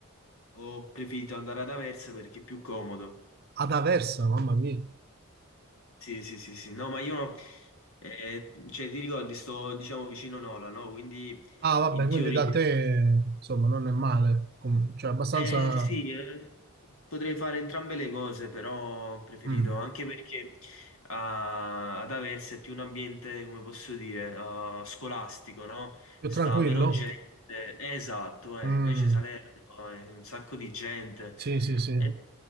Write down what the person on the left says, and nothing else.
ho preferito andare ad Aversa perché è più comodo.
Sì, sì, sì, sì. No, ma io, eh, cioè, ti ricordi, sto, diciamo, vicino Nola, no? Quindi,
in teoria,
eh, sì, eh, potrei fare entrambe le cose, però ho preferito,
anche perché ah, ad Aversa è più un ambiente, come posso dire, ah, scolastico, no?
Sta
meno gente. Eh, esatto, eh,
invece Salerno è un sacco di gente
ed